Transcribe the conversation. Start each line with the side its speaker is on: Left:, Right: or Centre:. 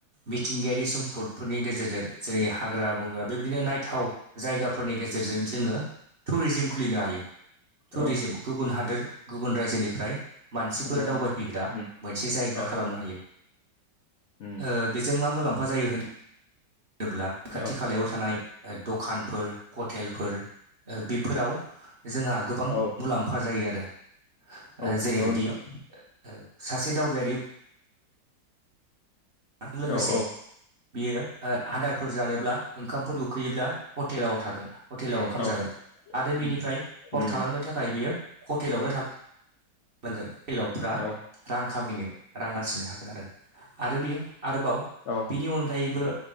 Right: मिथिंगायारि सम्पदफोरनि गेजेरजों जेरै हाग्रा बंग्रा बेबायदिनो नायथाव जायगाफोरनि गेजेरजों जोङो टुरिजिम खुलिनो हायो टुरिजिम
Left: औ
Right: गुबुन हादोर गुबुन रायजोनिफ्राय मानसिफोर
Left: नंगौ
Right: दावबायफैग्रा
Left: नंगौ उम
Right: मोनसे जायगा
Left: औ
Right: खालामनो हायो।
Left: उम
Right: ओ बेजों मा मुलाम्फा जायो होन दोब्ला खाथि
Left: औ
Right: खालायाव थानाय ओ दखानफोर हथेलफोर ओ बेफोराव जोंहा गोबां
Left: औ
Right: मुलाम्फा जायो आरो ओ
Left: औ
Right: जेयैबायद
Left: नंगौ नोंथां
Right: ओ ओ सासे दावबायारि आ लोगोसे
Left: औ औ
Right: बियो ओ आदारफोर जानोब्ला ओंखामफोर उखैयोब्ला हटेलाव थागोन हटेलाव
Left: औ
Right: ओंखाम जागोन
Left: औ
Right: आरो बेनिफ्राय
Left: उम उम
Right: हर थालांनो थाखाय बेयो हटेलावनो थानांगोन हेलावफ्रा
Left: औ
Right: रां खामायनो रां आरजिनो हागोन आरो आरो बेयाव आरोबाव
Left: औ
Right: बेनि अनगायैबो